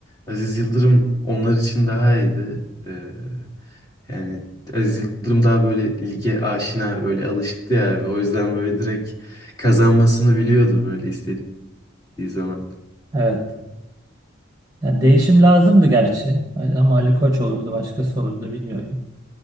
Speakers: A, on the left (about 20°); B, on the right (about 15°).
A: Aziz Yıldırım onlar için daha iyiydi. Ee, yani Aziz Yıldırım daha böyle lige aşina böyle alışıktı ya abi. O yüzden böyle direkt kazanmasını biliyordu böyle istediği zaman.
B: Evet. Yani değişim lazımdı gerçi. Ama Ali Koç olurdu, başkası olurdu bilmiyorum.